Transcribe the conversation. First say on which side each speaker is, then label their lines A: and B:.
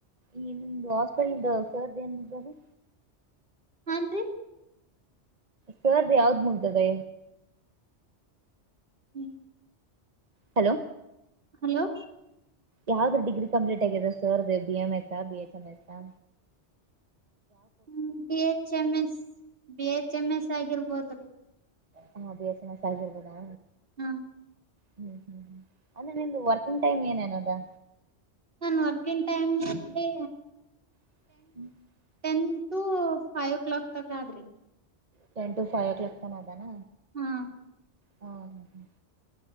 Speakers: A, on the right (about 40°); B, on the right (about 55°).
A: ಈ ನಿಮ್ದು ಹಾಸ್ಪಿಟಾಲ್ಧು, ಸರ್ ಏನ್ ಹೆಸ್ರಾದ.
B: ಹಾನ್ ರಿ
A: ಸರ್ ದು ಯಾವುದು ಮುಗಿದದೆ.
B: ಹ್ಮ
A: ಹಲೋ!
B: ಹಲೋ
A: ಯಾವ್ದ್ರ ಡಿಗ್ರಿ ಕಂಪ್ಲೀಟ್ ಆಗ್ಯದ ಸರ್ ದು ಬಿ ಎಂ ಎಸ್ ಹ ಬಿ ಎಸ್ ಎಂ ಎಸ್ ಹಾ.
B: ಹ್ಮ್, B H, M, S. B H M S, ಹಾಗಿರುಬೋಹುದು ರಿ
A: ಹಾ ಬೀ ಎಸ್ ಎಮ್ ಎಸ್ ಆಗಿರಬೋದಾ.
B: ಹ್ಮ
A: ಹ್ಮ್ ಹ್ಮ್ ಅಂದ್ರೆ ನಿಮ್ದ ವರ್ಕಿಂಗ್ ಟೈಮ್ ಏನೇನದಾ.
B: ನನ್ ವರ್ಕ ಇನ್ ಟೈಮ್ ಅಲ್ಲಿ.
A: <inaudible>
B: Ten to five o'clock ತಕ್ ಆದ್ರಿ.
A: Ten to five o'clock ತನ ಆದನ
B: ಹಾ
A: ಹಾ ಹ ಹ್ಮ್